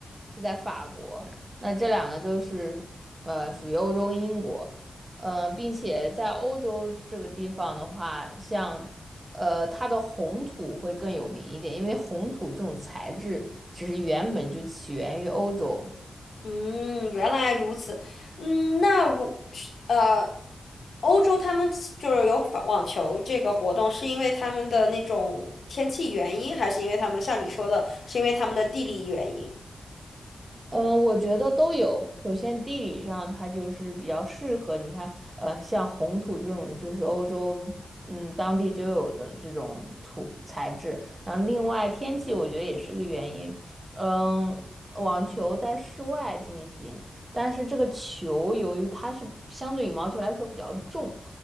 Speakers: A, on the right; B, on the left.
A: 是在法国，那这两个就是呃属于欧洲跟英国，呃，并且在欧洲这个地方的话，像呃，它的红土会更有名一点，因为红土这种材质其实原本就起源于欧洲。
B: 嗯，原来如此。嗯，那如是呃，欧洲他们起就是有法网球这个活动，是因为他们的那种天气原因，还是因为他们像你说的，是因为他们的地理原因？
A: 嗯，我觉得都有。首先，地理上它就是比较适合，你看，呃，像红土这种就是欧洲，嗯，当地就有的这种土材质。然后，另外天气我觉得也是个原因。嗯，网球在室外进行，但是这个球由于它是相对羽毛球来说比较重。